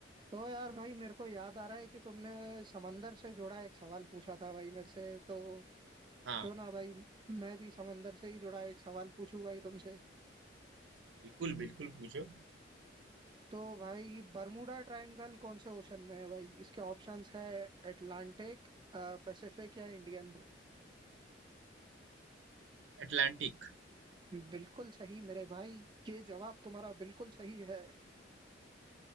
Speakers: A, on the right; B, on the right.
A: तो यार भाई मेरे को याद आ रहा है कि तुमने समंदर से जुड़ा एक सवाल पूछा था भाई मेरे से तो
B: हाँ
A: क्यों ना भाई मैं भी समंदर से ही जुड़ा एक सवाल पूछूं भाई तुमसे
B: बिल्कुल बिल्कुल पूछो
A: तो भाई बर्मुडा ट्रायंगल कौन से ओशन में है भाई इसके ऑप्शंस है अटलांटिक पैसिफिक या इंडियन
B: अटलांटिक
A: बिल्कुल सही मेरे भाई ये जवाब तुम्हारा बिल्कुल सही है